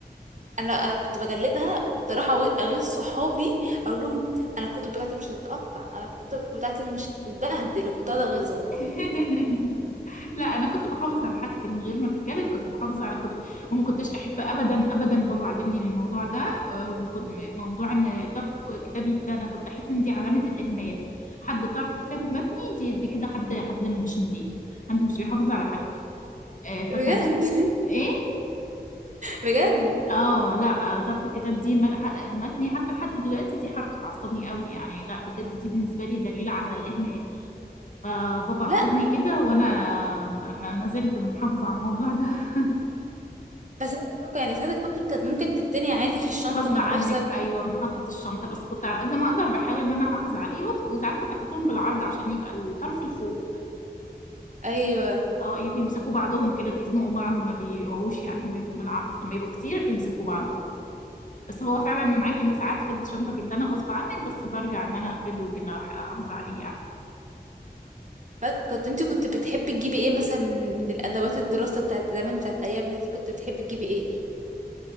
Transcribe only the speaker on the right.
انا انا كنت بجلدها وكنت رايحه اغي- اغيظ صحابي اقول لهم انا الكتب بتاعتي مش هتتقطع انا الكتب بتاعتي مش هتتبهدل كنت قاعده اغيظهم
بجد <laughs>
بجد
لا
بس أنا بصراحة يعني ساعات الكتب كانت ممكن تتني عادي في الشنطه
من
غير سبب
ايوه
ف- كنت انت كنت بتحبي تجيبي ايه مثلا من من الادوات الدراسه بتاعت زمان بتاعت ايامنا دي كنت بتحبي تجيبي ايه